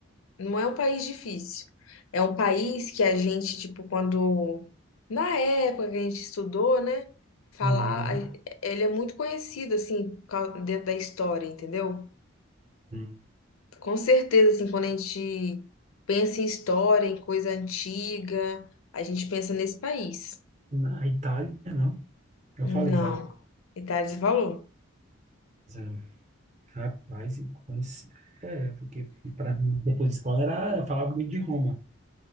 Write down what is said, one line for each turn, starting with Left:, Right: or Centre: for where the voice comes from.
Left: não é um país difícil. É um país que a gente, tipo, quando. Na época que a gente estudou, né? Falar.
Right: Uhum,
Left: a- Ele é muito conhecido, assim, por cau- dentro da história, entendeu?
Right: uhum.
Left: Com certeza, assim, quando a gente pensa em história, em coisa antiga, a gente pensa nesse país.
Right: Hum, Na Itália, não. Eu
Left: Não.
Right: falei já.
Left: Itália, você falou?
Right: mas, é, Rapaz, e conheci. É, porque para mim, depois de escola, era, eu falava muito de Roma.